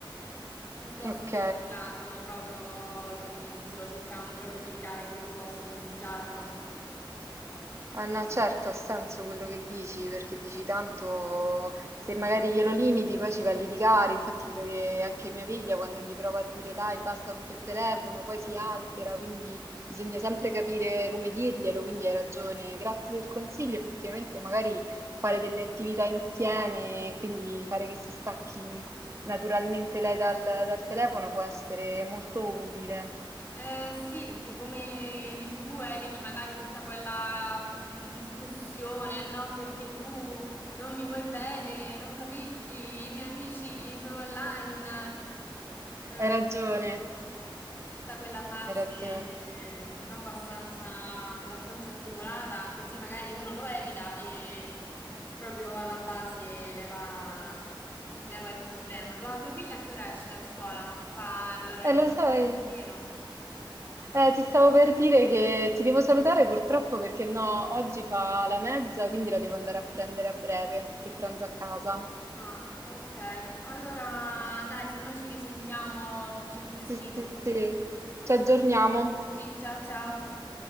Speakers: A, on the left; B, on the right.
A: piuttosto
B: Ok.
A: che limitarlo proprio l'utilizzo, cerchiamo proprio di evitare che lui possa utilizzarlo.
B: Ah, no, certo, ha senso quello che dici, perché dici tanto se magari glielo limiti poi ci va a litigare. Infatti vedo che anche mia figlia quando gli prova a dire dai, basta con quel telefono, poi si altera, quindi bisogna sempre capire come dirglielo, quindi hai ragione. Grazie del consiglio, effettivamente magari fare delle attività insieme, quindi fare che si stacchi naturalmente lei dal, dal telefono può essere molto utile.
A: Eh, sì, perché come dici tu, eviti magari tutta quella mh, discussione, no? Perché tu non mi vuoi bene, non capisci, i miei amici sono online. Eh,
B: Hai ragione,
A: tutta quella fase
B: hai ragione.
A: eh, abbastanza, abbastanza articolata, così magari uno lo evita e proprio alla base leva, leva il problema. Tua, tua figlia a che ora esce da scuola? Fa l'orario
B: E lo sai.
A: pieno?
B: Eh, ti stavo per dire che ti devo salutare purtroppo perché no, oggi fa la mezza, quindi la devo andare a prendere a breve, che pranzo a casa.
A: Ah, ok. Allora, dai, se noi ci risentiamo sul centro estivo.
B: Sì, sì, sì. Ci aggiorniamo.
A: Sì, ciao ciao.